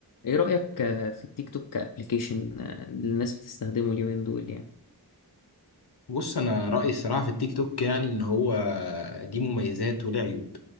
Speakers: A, on the left; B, on the left.
A: ايه رأيك آه، في التيك توك كابليكيشن آه، اللي الناس بتستخدمه اليومين دول يعني
B: بص انا رايي الصراحه في التيك توك يعني ان هو دي مميزات وله عيوب